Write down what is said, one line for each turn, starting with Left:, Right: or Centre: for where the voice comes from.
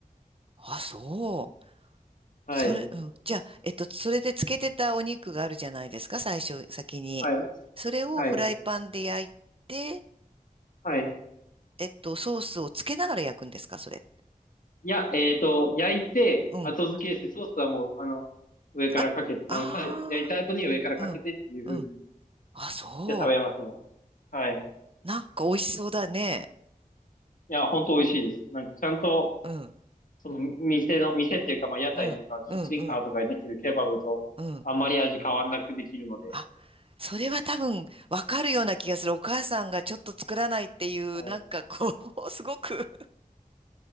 Right: あ、そう。
Left: はい。
Right: それ、うん。じゃあ、えっと、それで漬けてたお肉があるじゃないですか、最初、先に。
Left: はい。
Right: それをフライパンで焼いて、
Left: はい。はい。
Right: えっと、ソースをつけながら焼くんですか、それ。
Left: いや、えっと、焼いて、
Right: うん。
Left: 後付けして、ソースはもう、あの、上からかけて、
Right: あ、ああ、
Left: あの、さ、焼いた後に上からかけてっていう風に、
Right: うん、うん。あ、そ
Left: で食べますよ。はい。
Right: う。なんか美味しそうだね。
Left: いや、ほんと美味しいです。なんかちゃんと、
Right: うん、
Left: その店の、店っていうか、まあ屋台とかキッチンカーとかで出てるケバブとあんまり味変わらなくできるので。
Right: うん、うん、うん、うん。あ、それは多分わかるような気がする。お母さんがちょっと作らないっていう、
Left: はい。
Right: なんかこう、<laughs> すごく。